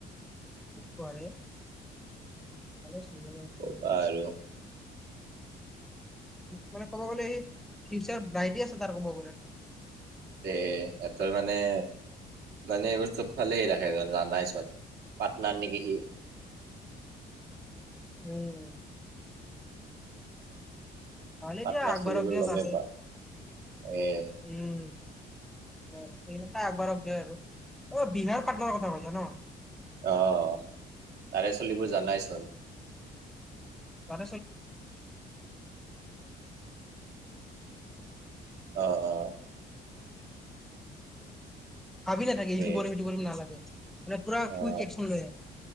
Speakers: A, in the centre; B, on the right.
A: কি কোৱা ৰে! ভালে <unintelligible>
B: বাৰু।
A: মানে ক'ব গ'লে সি ফিউচাৰ ব্ৰাইটে আছে তাৰ ক'ব গ'লে।
B: তে' সেহঁতৰ মানে মানে এইবোৰ চবফালে ৰাখে <unintelligible> চোন পাটনাৰ নেকি সি!
A: উম। ভাল
B: পাটনাৰ
A: দিয়া, আগবাঢ়ক
B: চলিবোৰ
A: দিয়া
B: গমেই
A: ভালেই।
B: পোৱা এ
A: উম, সেন- সেনেকে আগবাঢ়ক দিয়া আৰু অ', বিহাৰ পাটনাৰ কথা কৈছা ন!
B: অ', তাৰে চলিব
A: উম।
B: জানাইচোন!
A: <inaudible> <inaudible>
B: অ অ
A: ভাবি নাথাকে
B: তে
A: ইটো কৰিম, সিটো কৰিম নালাগে। মানে পুৰা
B: অ
A: কুইক একচন লয় আহ,